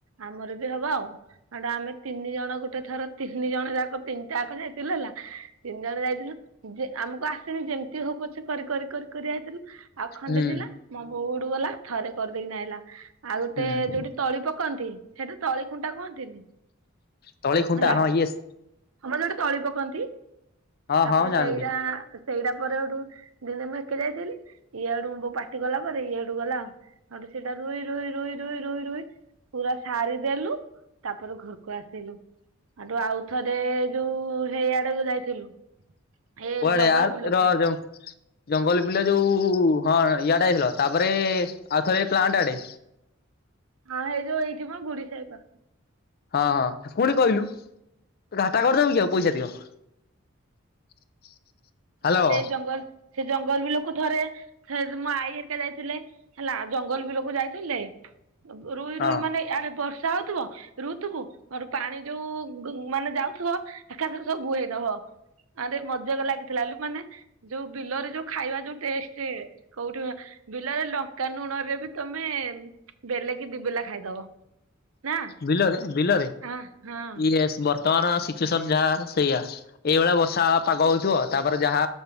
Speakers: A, on the right (about 80°); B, on the left (about 45°).
A: ଆମର ବି ହବ ଆଉ, ସେଇଠୁ ଆମେ ତିନି ଜଣ ଗୋଟେ ଥର ତିନି ଜଣ ଯାକ ତିନି ଯାକ ଯାଇଥିଲୁ ହେଲା, ତିନି ଜଣ ଯାଇଥିଲୁ। ଯେ ଆମକୁ ଆସନି, ଯେମିତି ହଉ ପଛେ କରି କରି କରି କରି ଆଇଥିଲୁ। ଆଉ ଖଣ୍ଡେ
B: ହୁଁ
A: ଥିଲା, ମୋ ବୋଉ ସେଉଠୁ ଗଲା, ଥରେ କରିଦେଇକିନା ଆଇଲା। ଆଉ ଗୋଟେ
B: ହୁଁ
A: ଯୋଉଠି ତଳି ପକନ୍ତି, ସେଇଠି ତଳି ଖୁଣ୍ଟା କୁହନ୍ତିନି।
B: ତଳି ଖୁଣ୍ଟା
A: ହେଲା
B: ହଁ ୟେସ୍
A: ହଁ ମ ଯୋଉଠି ତଳି ପକନ୍ତି।
B: ହଁ
A: ତାପରେ
B: ହଁ ଜାଣିଲି
A: ସେଇଟା ସେଇଟା ପରେ ସେଇଠୁ ଦିନେ ମୁଁ ଏକା ଯାଇଥିଲି। ଇଆଡୁ ମୋ ପା ସେଇଠୁ ଗଲା ପରେ ଇଏଠୁ ଗଲା। ଆଗ ସେଇଟା ରୋଇ ରୋଇ ରୋଇ ରୋଇ ରୋଇ ରୋଇ ପୁରା ସାରି ଦେଲୁ, ତାପରେ ଘରକୁ ଆସିଲୁ। ସେଇଠୁ ଆଉଥରେ ଯୋଉ ହେଇ ଆଡକୁ ଯାଇଥିଲୁ। ଏ
B: କୁଆଡେ
A: ଜଙ୍ଗଲ
B: ଆର
A: ବୁଲକୁ।
B: ରହ ଯେଉଁ। ଜଙ୍ଗଲ ବିଲ ଯୋଉ ହଁ ଇଆଡେ ଯାଇଥିଲ। ତାପରେ ଆଉ ଥରେ ପ୍ଲାଣ୍ଟ ଆଡେ।
A: ହଁ ଏଇ ଯୋଉ ଏଇଠି ମ, ବୁଡି ସାଇ ପାଖ।
B: ହଁ, ହଁ, ପୁଣି କହିଲୁ ଘାଟା କରିଦବୁ କି ଆଉ, ପଇସା ତିକ। <inaudible> ହ୍ୟାଲୋ
A: ହେଲେ ଜଙ୍ଗଲ୍ ସେ ଜଙ୍ଗଲ ବି ଲୋକ ଥରେ ହେ ମୋ ଆଈ ହେରିକା ଯାଇଥିଲେ ହେଲା ଜଙ୍ଗଲ ବି ଲୋକ ଯାଇଥିଲେ। ରୁଇ
B: ହଁ
A: ରୁଇ ମାନେ ଇଆଡେ ବର୍ଷା ହଉଥିବ। ରୁଉ ଥୁବୁ ଅର୍ ପାଣି ଯୋଉ ମାନେ ଯାଉଥୁବ ଏକାଥରେ ସବୁ ବୁହେଇ ଦବ। ଆରେ ମଜାକ୍ ଲାଗିଥିଲା ଏଲୁ ମାନେ ଯୋଉ ବିଲରେ ଯୋଉ ଖାଇବା ଯୋଉ ଟେଷ୍ଟେ କୋଉଠି ବିଲରେ ଲଙ୍କା ନୁଣ ରେ ବି ତମେ ବେଲେ କି ଦି ବେଲା ଖାଇଦବ। ନା
B: ବିଲରେ ବିଲରେ ଇଏସ୍
A: ହଁ ହଁ
B: ବର୍ତ୍ତମାନ ସିଚୁଏସନ୍ ଯାହା ସେଇଆ। ଏଇଭଳିଆ ବର୍ଷା ପାଗ ହଉଥିବ ତାପରେ ଯାହା